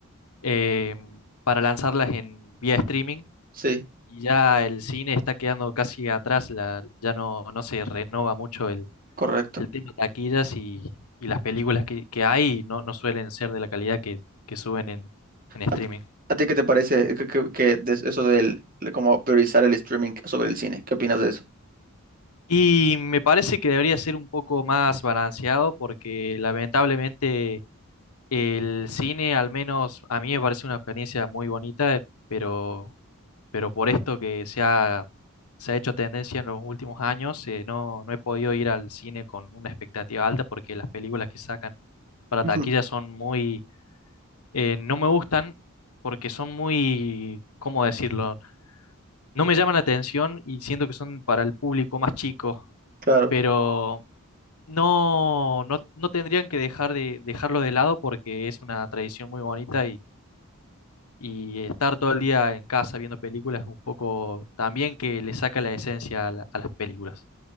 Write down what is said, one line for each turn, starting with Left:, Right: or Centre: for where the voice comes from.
Left: eh, para lanzarlas en vía streaming
Right: sí,
Left: y ya el cine está quedando casi atrás, la, ya no, no se renova mucho el,
Right: correcto.
Left: el tema de taquillas y, y las películas que, que hay no, no suelen ser de la calidad que, que suben en, en streaming.
Right: ¿A, a ti qué te parece que, que- que de eso del, de como priorizar el streaming sobre el cine? ¿Qué opinas de eso?
Left: Y me parece que debería ser un poco más balanceado porque lamentablemente El cine, al menos a mí me parece una experiencia muy bonita, eh, pero, pero por esto que se ha, se ha hecho tendencia en los últimos años, eh, no, no he podido ir al cine con una expectativa alta porque las películas que sacan para
Right: Ujú.
Left: taquilla son muy, eh, no me gustan porque son muy, ¿cómo decirlo? No me llaman la atención y siento que son para el público más chico,
Right: Claro.
Left: pero no, no, no tendrían que dejar de, dejarlo de lado porque es una tradición muy bonita y Y estar todo el día en casa viendo películas es un poco también que le saca la esencia a, la- a las películas.